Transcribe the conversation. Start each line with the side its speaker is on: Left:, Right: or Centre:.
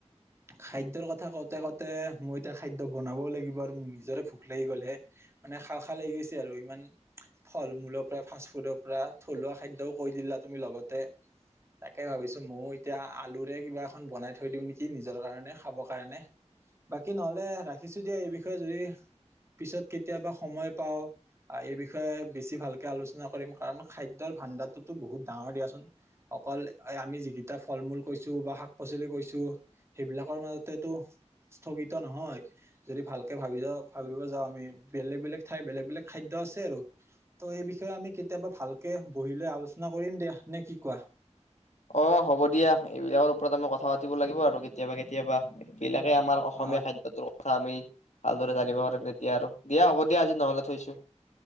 Right: খাদ্যৰ কথা কওঁতে কওঁতে মই এতিয়া খাদ্য বনাবও লাগিব আৰু মোৰ নিজৰে ভোক লাগি গ'লহে। মানে খাও, খাও লাগি গৈছে আৰু ইমান, ফল মূলৰ পৰা, ফাষ্ট ফুডৰ পৰা, থলুৱা খাদ্যও কৈ দিলা তুমি লগতে। তাকে ভাবিছো ময়ো এতিয়া আলুৰে কিবা এখন বনাই থৈ দিওঁ নেকি নিজৰ কাৰণে খাবৰ কাৰণে। বাকী নহ'লে ৰাখিছোঁ দিয়া, এই বিষয়ে যদি পিছত কেতিয়াবা সময় পাওঁ এই বিষয়ে বেছি ভালকে আলোচনা কৰিম। কাৰণ খাদ্যৰ ভাণ্ডাৰটোতো বহুত ডাঙৰ দিয়াচোন অকল আমি যিকেইটা ফল মূল কৈছোঁ বা শাক পাচলি কৈছোঁ সেইবিলাকৰ মাজতেতো স্থগিত নহয়। যদি ভালকে ভাবিব যাওঁ ভাবিব যাওঁ আমি বেলেগ বেলেগ ঠাই বেলেগ বেলেগ খাদ্য আছে, আৰু ত' এই বিষয়ে আমি কেতিয়াবা ভালকে বহি লৈ আলোচনা কৰিম দিয়া। নে কি কোৱা?
Left: অ' হ'ব দিয়া এইবিলাকৰ ওপৰত আমি কথা পাতিব লাগিব আৰু কেতিয়াবা কেতিয়াবা। বিলাকে আমাৰ অসমীয়া
Right: অ
Left: খাদ্যটোৰ থা আমি ভালদৰে জানিব পাৰিম তেতিয়া আৰু, দিয়া হ'ব দিয়া আজি নহ'লে থৈছো।